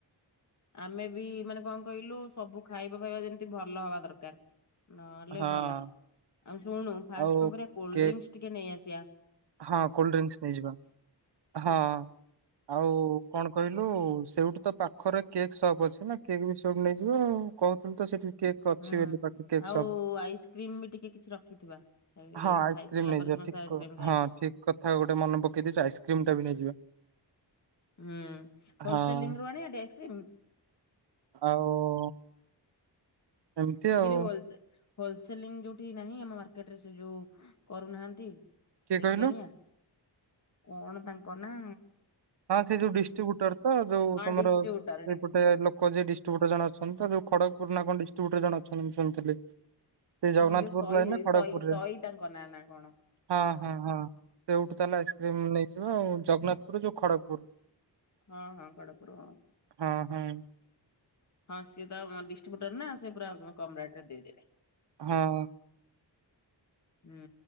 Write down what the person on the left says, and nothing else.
ଆମେ ବି ମାନେ କଣ କହିଲୁ ସବୁ ଖାଇବା ଫାଇବା ଯେମିତି ଭଲ ହବା ଦରକାର। ନହେଲେ
ଗଲା। ଆମେ ଶୁଣୁ ଫାଷ୍ଟ
କଣ କରିବା କୋଲ୍ଡ
ଡ୍ରିଙ୍କସ୍ ଟିକେ ନେଇଆସିବା।
ହୁଁ
ଆଉ
ଆଇସ୍କ୍ରିମ ବି ଟିକେ କିଛି ରଖିଥିବା ଇଏରେ
ଖାଇ ଚାଲିଲା
ପରେ ସମସ୍ତେ
ଆଇସିକ୍ରିମ।
ହୁଁ ହୋଲସେଲ
ଲିଙ୍କ ରୁ ଆଣିବା ଟି ଆଇସ୍କ୍ରିମ୍।
ମୁଁ
କହିଲି ଭଲସେ ହୋଲସେଲ ଲିଙ୍କ ଯୋଉଠି ନାହିଁ ଆମ ମାର୍କେଟ ରେ ସେ ଯୋଉ କରୁନାହାନ୍ତି।
ସେଇଠି
ଆଣିବା କଣ ତାଙ୍କ ନା
ଡିଷ୍ଟ୍ରିବ୍ୟୁଟର
ହଁ ଯୋଉ ସଇ
ସଇ ସଇ ତାଙ୍କ ନାଁ ନା କଣ।
ହଁ ହଁ ଗଡପଡ଼ ହୁ
ହଁ ସିଏ ତ ଆ ଡିଷ୍ଟ୍ରିବ୍ୟୁଟର ନା ସେ ପୁରା କମ୍ ରେଟରେ ଦେଇଦେବେ।
ହୁଁ